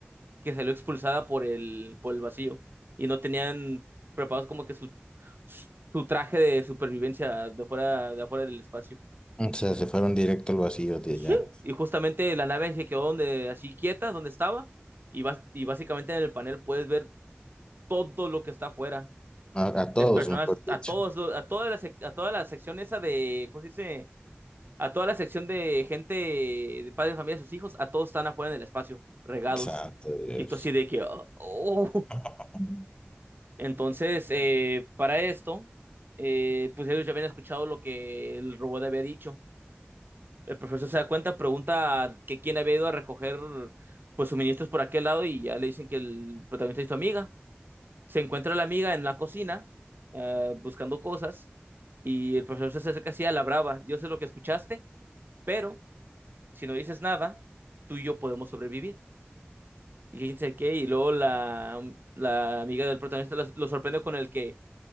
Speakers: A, on the right (about 55°); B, on the left (about 20°).
A: que salió expulsada por el, por el vacío y no tenían preparados como que su, su traje de supervivencia de fuera de afuera del espacio.
B: O sea, se fueron directo al vacío de
A: Sí.
B: ya.
A: Y justamente la nave se quedó donde, así quieta, donde estaba, y, bas- y básicamente en el panel puedes ver todo lo que está afuera.
B: A, a todos,
A: Las personas,
B: mejor dicho.
A: a todos, los- a toda la, sec- a toda la sección esa de, ¿cómo se dice? A toda la sección de gente, de padres de familia, sus hijos, a todos están afuera en el espacio, regados.
B: Santo Dios.
A: Y tú así de que, oh, oh".
B: <laughs>
A: Entonces, eh, para esto, eh, pues ellos ya habían escuchado lo que el robot había dicho. El profesor se da cuenta, pregunta que quién había ido a recoger pues suministros por aquel lado y ya le dicen que el protagonista es tu amiga. Se encuentra la amiga en la cocina eh, buscando cosas y el profesor se acerca así a la brava. Yo sé lo que escuchaste, pero si no dices nada, tú y yo podemos sobrevivir. Y quién sabe qué, y luego la, la amiga del protagonista lo, lo sorprende con el que